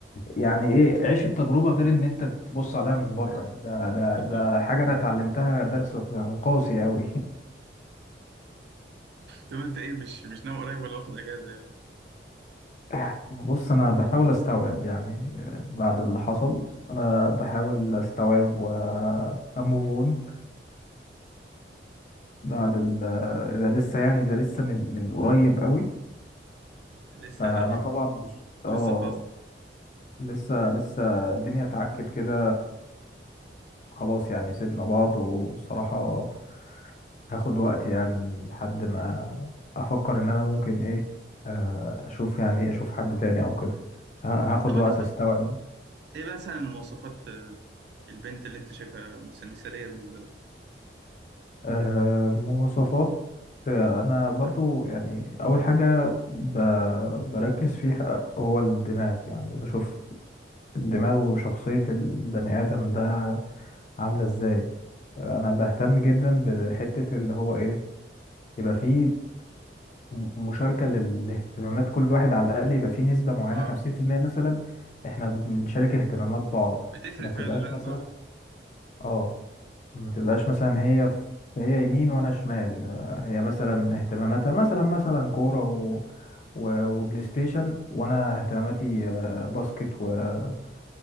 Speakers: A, on the left; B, on the right.
A: يعني ايه عيش التجربة غير ان انت تبص عليها من بره يعني ده ده
B: اه
A: ده
B: طبعا
A: حاجة انا اتعلمتها درس قاسي قوي
B: طب انت ايه مش مش ناوي قريب ولا واخد اجازه يعني
A: <laughs> بص انا بحاول استوعب يعني بعد اللي حصل انا بحاول استوعب واموف اون بعد ال- ده لسه يعني ده لسه من من قريب قوي
B: لسه
A: فانا طبعا مش
B: لسه
A: اه
B: فاضي
A: لسه لسه الدنيا اتعكت كده وخلاص يعني سيبنا بعض والصراحة هاخد وقت يعني لحد ما افكر ان انا ممكن ايه آه، اشوف يعني ايه اشوف حد تاني او كده ه-
B: طب انت
A: هاخد
B: قول
A: وقت
B: لي صح
A: استوعب
B: ايه مثلا مواصفات آه، البنت اللي انت شايفها مس- مثاليه بالنسبه لك
A: آه، المواصفات آه، انا برضو يعني اول حاجة ب- بركز فيها هو الدماغ يعني بشوف الدماغ وشخصية البني ادم ده عاملة ازاي انا بهتم جدا بحتة اللي هو ايه يبقى فيه م- مشاركة لل- لاهتمامات كل واحد على الاقل يبقى فيه نسبة معينة
B: اه
A: 50% مثلا
B: آه.
A: احنا بنشارك اهتمامات بعض
B: بتفرق
A: ما تبقاش
B: فعلا لا
A: مثلا
B: انت عندك
A: اه ما تبقاش مثلا هي في هي يمين وانا شمال آه، هي مثلا اهتماماتها مثلا مثلا كورة و... و... وبلاي ستيشن وانا اهتماماتي آه، باسكت وكده